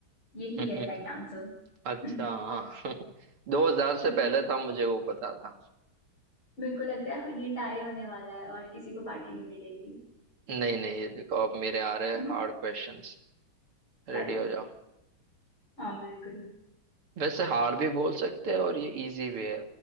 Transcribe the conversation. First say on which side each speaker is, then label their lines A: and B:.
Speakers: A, on the left (about 75°); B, on the right (about 80°).
A: यही
B: <laughs>
A: है राइट आंसर <laughs>
B: अच्छा
A: तो
B: हाँ <laughs> दो हजार
A: तुम्हें
B: से पहले था मुझे वो पता था
A: मेरे को लग रहा है ये टाई होने वाला है और किसी को पार्टी नहीं मिलेगी
B: नहीं नहीं ये देखो अब मेरे आ रहे
A: <laughs>
B: हार्ड क्वेश्चंस रेडी
A: हाय
B: हो जाओ
A: हाँ बिल्कुल
B: वैसे हार भी बोल सकते हैं और ये इजी भी है